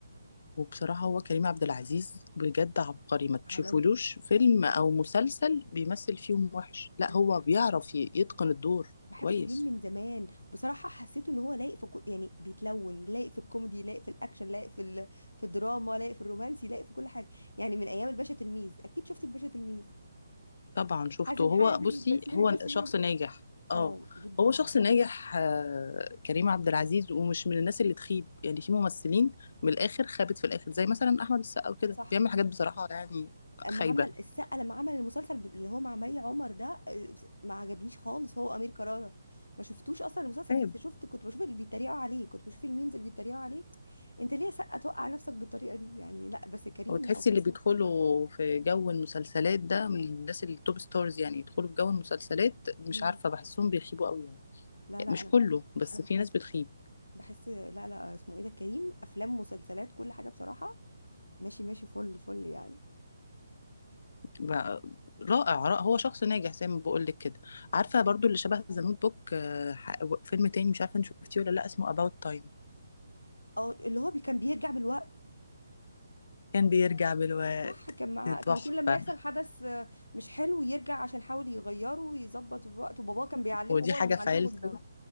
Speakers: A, on the left; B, on the left.
A: وبصراحة هو كريم عبد العزيز بجد عبقري ما
B: عالمي
A: تشوفولوش فيلم أو مسلسل بيمثل فيهم وحش لا
B: انا
A: هو
B: بحب
A: بيعرف ي- يتقن الدور
B: بحب
A: كويس
B: كريم من زمان بصراحة حسيته ان هو لايق في كل يعني بيتلون لايق في الكوميدي لايق في الاكشن لايق في ال... في الدراما لايق في الرومانسي لايق في كل حاجة يعني من ايام الباشا تلميذ اكيد شفتي الباشا تلميذ
A: طبعا شفته
B: حازم
A: هو
B: حازم
A: بصي
B: بسيوني
A: هو
B: بسيوني
A: شخص ناجح اه
B: اه جدا
A: هو شخص
B: جدا
A: ناجح آه، كريم عبد العزيز ومش من الناس اللي تخيب يعني في ممثلين
B: بت-
A: من الاخر خابت في الاخر زي مثلا احمد السقا وكده
B: صح
A: بيعمل حاجات بصراحة يعني
B: اما
A: خايبة
B: عمل السقا لما عمل المسلسل ب- اللي هو مع مي عمر ده آه، ما عجبنيش خالص هو امير كرارة ما شفتوش اصلا المسلسل
A: خايب
B: بس شفت كنت بشوف اللي بيتريقوا عليه كنت بشوف الميمز اللي بيتريقوا عليه انت ليه يا سقا توقع نفسك بالطريقه دي يعني لا بس كريم
A: هو تحسي
B: لا وكريم
A: اللي بيدخلوا
B: مختلف
A: في جو المسلسلات ده من الناس التوب ستارز يعني يدخلوا في جو المسلسلات مش
B: مم.
A: عارفة بحسهم بيخيبوا قوي يعني
B: لا لا
A: مش
B: انا
A: كله بس
B: انا
A: في
B: بحس
A: ناس بتخيب
B: بحس لا لا اسمه ايه ده كريم افلام مسلسلات كل حاجه بصراحه ماشي ماشي فل فل يعني
A: بقى- رائع رائع هو شخص ناجح زي ما بقول لك كده عارفه برضو اللي شبه ذا نوت بوك فيلم تاني مش عارفه انت شفتيه ولا لا اسمه About Time
B: اه اللي هو بي- كان بيرجع بالوقت
A: كان بيرجع بالوقت
B: صح كان معاه كان
A: تحفه
B: كل لما يحصل حدث آه، مش حلو يرجع عشان يحاول يغيره ويظبط الوقت وباباه كان بيعلمه
A: ودي
B: هو
A: حاجه
B: اللي معلمه
A: في عيلتي
B: ال-